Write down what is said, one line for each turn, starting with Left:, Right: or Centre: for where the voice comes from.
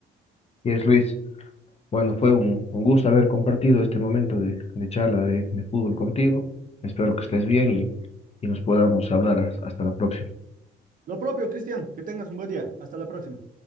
Left: Y es Luis. Bueno, fue un, un gusto haber compartido este momento de, de charla de, de fútbol contigo. Espero que estés bien y, y nos podamos hablar hasta la próxima.
Right: Lo propio, Cristian, que tengas un buen día. Hasta la próxima.